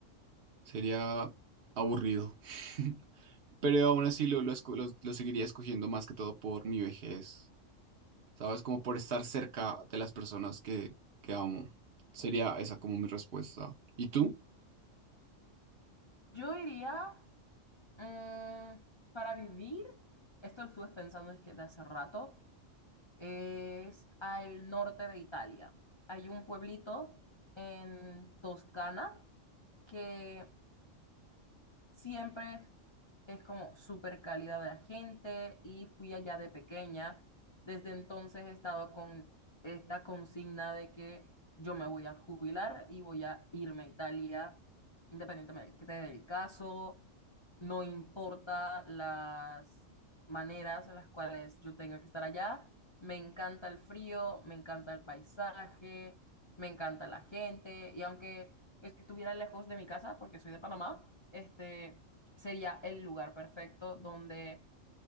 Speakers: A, on the right; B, on the left.
A: sería aburrido, <laughs> pero aún así lo, lo, esco- lo- lo seguiría escogiendo más que todo por mi vejez, ¿sabes? Como por estar cerca de las personas que, que amo. Sería esa como mi respuesta. ¿Y tú?
B: Yo iría mm, para vivir, esto lo estuve pensando desde hace rato, es al norte de Italia. Hay un pueblito en Toscana que Siempre es como súper calidad de la gente y fui allá de pequeña. Desde entonces he estado con esta consigna de que yo me voy a jubilar y voy a irme a Italia, independientemente del caso. No importa las maneras en las cuales yo tenga que estar allá. Me encanta el frío, me encanta el paisaje, me encanta la gente. Y aunque estuviera lejos de mi casa, porque soy de Panamá, este sería el lugar perfecto donde